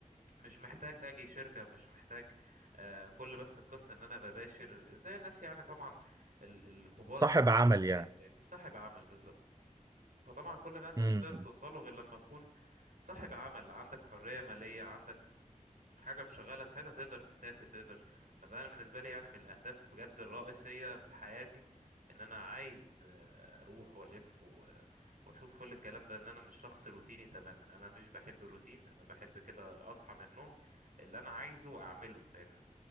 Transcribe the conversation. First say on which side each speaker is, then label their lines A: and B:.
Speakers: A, on the right; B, on the right.
A: مش محتاج اجي شركة مش محتاج آه كل بس القصة ان انا بباشر زي الناس يعني طبعا ال- الكبار
B: صاحب
A: أوي
B: عمل يعني
A: يعني فاهمني صاحب عمل بالظبط فطبعا كل ده انت
B: امم
A: مش هتقدر توصله غير لما تكون صاحب عمل عندك حرية مالية عندك حاجة مشغلة ساعتها تقدر تسافر تقدر فده أنا بالنسبة لي يعني من الأهداف بجد الرئيسية في حياتي إن أنا عايز آه، أروح وألف و- وأشوف كل الكلام ده إن أنا مش شخص روتيني تماما أنا مش بحب الروتين أنا بحب كده أصحى من النوم اللي أنا عايزه أعمله فاهمني